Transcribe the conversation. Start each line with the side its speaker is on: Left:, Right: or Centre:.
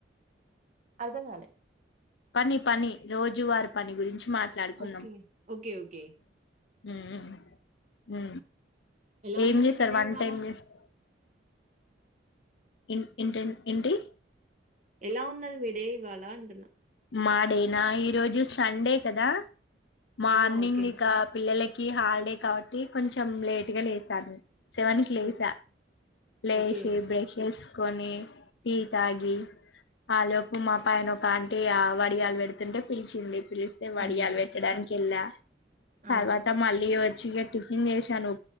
Right: అర్ధంంగాాలి
Left: పని పని రోజువారి పని గురించి మాట్లాడుకుందాం
Right: ఓకే ఓకే ఓకే
Left: హ
Right: ఎలా
Left: ఏం
Right: ఉన్నది
Left: చేస్తార్
Right: మీ డే
Left: వన్
Right: ఇవాళ
Left: టైమ్ చేస్తార్ ఇ ఇన్ ఇంటిడి
Right: ఎలా ఉన్నది మీడే ఇవాళ అంటున్నా
Left: మాడేనా ఈరోజు సండే కదా మార్నింగ్
Right: ఆ ఓకే
Left: ఇక పిల్లలకి క హాలిడే కాబట్టి కొంచెం లేట్ గా లేసాను సెవెన్ క్ లేసా
Right: ఓకే
Left: లేస్
Right: ఓకే
Left: బ్రష్ ని టీ తాగి ఆ లోపు మా పైన ఒక వడియాలు పెడుతుంటే పిలిచింది పిలి వడియాాల
Right: ఉమ్
Left: వెట్టడానికిల్ సాలవాత
Right: ఆ
Left: మాాలచ్చ వచ్చెట్టిషాను